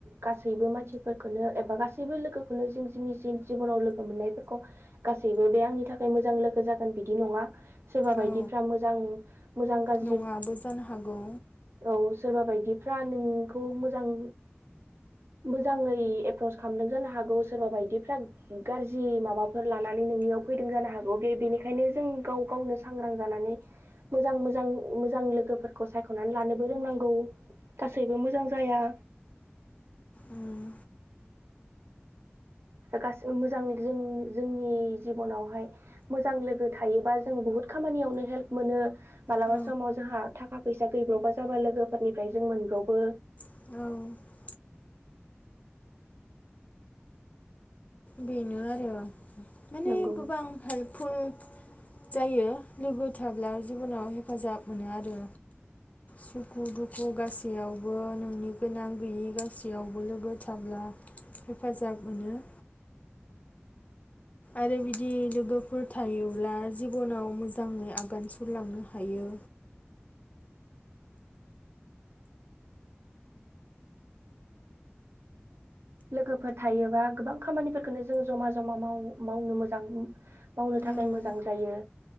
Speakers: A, on the right (about 70°); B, on the left (about 35°).
A: गासैबो मानसिफोरखौनो एबा गासैबो लोगो खौ जों जोंनि जि-जिबनाव लोगो मोननायफोरखौ गासैबो बे आंनि थाखाय मोजां लोगो जागोन बिदि नङा। सोरबा बायदिफ्रा
B: औ
A: मोजां मोजां गाज्रि
B: नङाबो जानो हागौ।
A: औ सोरबा बायदिफ्रा नोंखौ मोजां मोजाङै एप्रस खालामदों जानो हागौ, सोरबा बायदिफ्रा गाज्रि माबाफोर लानानै नोंनियाव फैदों जानो हागौ। बे बेनिखायनो जों गाव गावनो सांग्रां जानानै मोजां मोजां मोजां लोगोफोरखौ सायख' खनानै लानोबो रोंनांगौ गासैबो मोजां जाया।
B: उम,
A: गासैबो मोजां जों-जोंनि जिबनावहाय मोजां लोगो थायोबा जों बहुद खामानियावनो हेल्प मोनो। मालाबा
B: औ
A: समाव जोंहा थाखा फैसा गैब्रबा जाबा लोगोफोरनिफ्राय जों मोनब्रबो।
B: औ। बेनो आरो, माने
A: नंगौ
B: गोबां हेल्प फुल जायो। लोगो थाब्ला जिबनाव हेफाजाब मोनो आरो। सुखु दुखु गासैयावबो नोंनि गोनां गैयि गासैयावबो लोगो थाब्ला हेफाजाब मोनो। आरो बिदि लोगोफोर थायोब्ला जिबनाव मोजाङै आगान सुरलांनो हायो।
A: लोगोफोर थायोबा गोबां खामानिफोरखोनो जों जमा जमा माव-मावनो मोजां मावनो थाखाय
B: ओं
A: मोजां जायो।